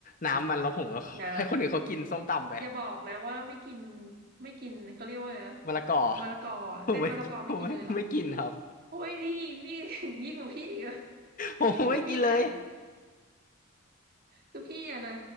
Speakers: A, on the left (about 40°); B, on the right (about 45°).
A: น้ำมันแล้วผมก็ให้คนอื่นเขากินส้มตำไป
B: น้ำอย่าบอกนะว่าไม่กินไม่กินเขาเรียกว่าไงนะ
A: มะละกอ
B: มะละกออะเส้นมะละกอไม่กินเลยเหรอ
A: ผมไม่ผมไม่ไม่กินครับ
B: โอ้ยนี่นี่ <laughs> ยิ่งกว่าพี่อีกอะ
A: ผมไม่กินเลย
B: <laughs> คือพี่อ่ะ คือพี่อะนะ